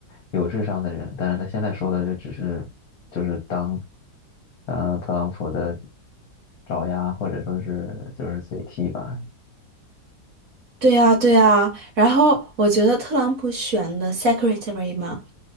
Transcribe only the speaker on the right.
对呀，对呀。然后我觉得特朗普选的 secretary 嘛。